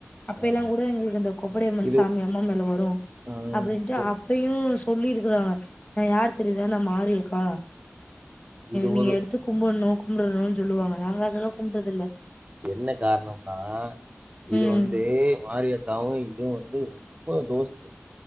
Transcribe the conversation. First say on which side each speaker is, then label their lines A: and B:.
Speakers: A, on the left; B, on the right.
A: அப்ப
B: ஆ,
A: எல்லாம் கூட எங்களுக்கு இந்த கொப்படி அம்மன்
B: இது
A: சாமி அம்மா மேல வரும்
B: ம்,
A: அப்படின்ட்டு
B: இது
A: அப்பயும் சொல்லிருக்கறாங்க நான் யார் தெரியுதா நான் மாரி யக்கா
B: இது
A: நீ
B: ஒரு
A: எடுத்து கும்பட னும் நோக்க ம்னு சொல்றதனால சொல்லுவாங்க நாங்க அதெல்லா கும்பிட்டது இல்ல
B: என்ன காரணம் நா இது
A: ம்
B: வந்து மாரியத்தாவும் இதுவும் வந்து ரொம்ப தோஸ்த்து